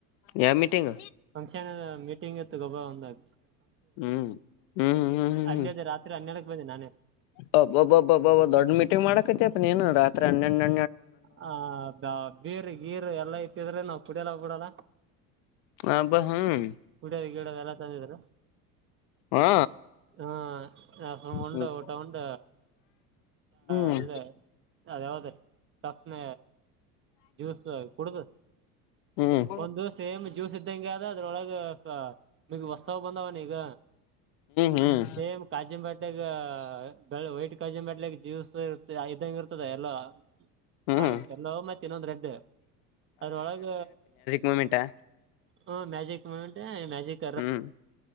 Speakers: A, on the left; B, on the right.
A: ಯಾವ ಮೀಟಿಂಗ್
B: ಫಂಕ್ಷನ್ ಮೀಟಿಂಗ್ ಇತ್ತು ಗೊಬ್ಬರ ಬಂದಾಗ
A: ಹು ಹು ಹೂ ಹೂ
B: ಅಲ್ಲಿದ್ದ
A: ಹೂ
B: ರಾತ್ರಿ ಹನ್ನೆರಡಕ್ ಬಂದೆ ನಾನೇ
A: ಹಬ ಬ ಹಬ್ಬ ದೊಡ್ಡ ಮೀಟಿಂಗ್ ಮಾಡಕತೆಪ್ಪ ನೀನು ತ್ರನೆನನ
B: ಹ ಬ ಬೀರ್ ಗೀರು ಎಲ್ಲ ಹಿದ್ರ ನಾವು ಕೂಡೆಲ್ಲ ಬಿಡಲ್ಲ
A: ಹಬ್ಬ ಹ್ಮ್
B: ಕುಡೆದು ಗಿಡೆದು ಎಲ್ಲ ತಂದಿದ್ರು
A: ಹಾ
B: ಹ್ ಆಶ್ರಮ ಉಂಡ
A: ಹ್ಮ್
B: ಊಟ ಉಂಡ
A: ಹ್ಮ್
B: ಅದು ಇದು ಅದುಯಾವದು ತಂದ್ ಜ್ಯೂಸ್ ಕುಡುದು
A: ಹ್ಮ್
B: ಒಂದು ಸೇಮ್ ಜ್ಯೂಸ್ ಇದ್ದಂಗೆಹಾದ ಅದರೊಳಗ ಈಗ ಹೊಸವ ಬಂದವಲ ಈಗ
A: ಹ್ಮ್
B: ಸೇಮ್ ಕಾಜಿನ್ ಬಾಟ್ಲಿ ಈಗಾ ವೈಟ್ ಕಾಜಿನ್ ಬಾಟ್ಲ್ಯಗ ಜ್ಯೂಸ್ ಇರುತ ಇದ್ದಂಗ ಇರುತ್ತದ ಎಲ್ಲಾ
A: ಹ್ಮ್
B: ಮ ಎಲ್ಲೋ ಮತ್ತ ಇನ್ನೊಂದ್ ರೆಡ್ ಅದ್ರೊಳಗ
A: ಮೂಮೆಂಟ್ ಆ
B: ಹ್ ಮ್ಯಾಜಿಕ್ ಮೂಮೆಂಟ್ ಮ್ಯಾಜಿ ಏನ
A: ಹ್ಮ್